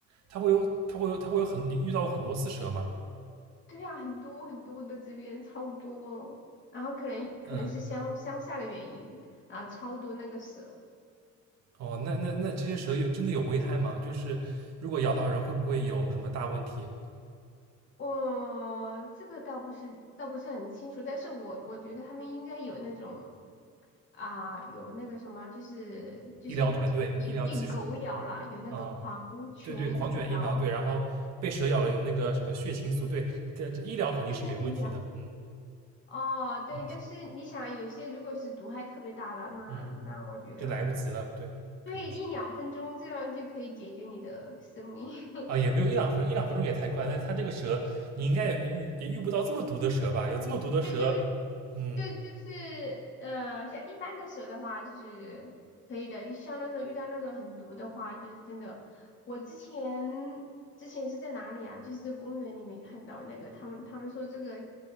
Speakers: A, on the right; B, on the left.
A: 它会有它会有它会有很你遇到过很多次蛇吗？
B: 对啊，很多很多的这边超多，然后可能可能是乡乡下的原因，
A: 嗯
B: 然后超多那个蛇。
A: 哦，那那那这些蛇有真的有危害吗？就是如果咬到人，会不会有什么大问题？
B: 我这个倒不是倒不是很清楚，但是我我觉得他们应该有那种啊、有那个什么，就是就是
A: 医疗团队、
B: 你被狗咬了，
A: 医疗技术？
B: 有那个狂犬疫苗，
A: 啊，对对，狂犬疫苗对，然后被蛇咬了有那个什么血清素，对，跟医疗肯定是没问题的，
B: 对那个疫苗。
A: 嗯
B: 哦，对，
A: 嗯
B: 但是你想啊，有些如果是毒害特别大的，那那我觉得
A: 嗯，就来不及了，对，
B: 对一两分钟这样就可以解决你的生命。
A: 可能是
B: <laughs>
A: 啊，也没有一两分钟，一两分钟也太快，那它这个蛇你应该也遇也遇不到这么毒的蛇吧？有这么毒的蛇，
B: 就就
A: 嗯
B: 就就是呃，像一般的蛇的话，就是可以的。就像那种遇到那种很毒的话，就是真的。我之前之前是在哪里啊？就是在公园里面看到那个，他们他们说这个